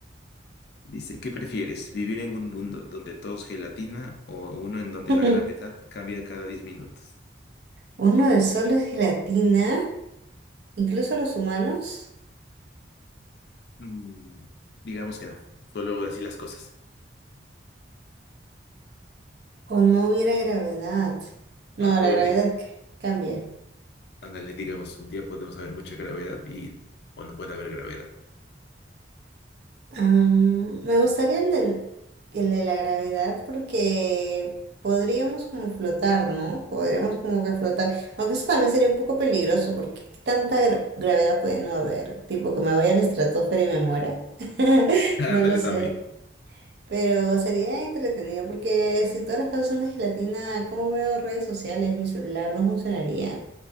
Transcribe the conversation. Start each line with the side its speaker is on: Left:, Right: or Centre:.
Left: Dice, ¿qué prefieres? ¿Vivir en un mundo donde todo es gelatina o uno en donde
Right: <laughs>
Left: la gravedad cambia cada 10 minutos?
Right: ¿Uno de sol es gelatina? ¿Incluso los humanos?
Left: Mm, digamos que no, solo así las cosas.
Right: O no hubiera gravedad. No,
Left: Ah,
Right: la
Left: o donde,
Right: gravedad c- cambia.
Left: ándale, digamos, un día podemos haber mucha gravedad y o no puede haber gravedad.
Right: Am, me gustaría el de, el de la gravedad porque podríamos como flotar, ¿no? Podríamos como que flotar. Aunque eso también sería un poco peligroso porque ¿qué tanta gra- gravedad puede no haber. Tipo que me voy a la estratosfera y me muera. <laughs>
Left: Ándale
Right: No lo sé.
Left: también.
Right: Pero sería entretenido porque si todas las cosas son de gelatina, ¿cómo veo redes sociales? Mi celular no funcionaría.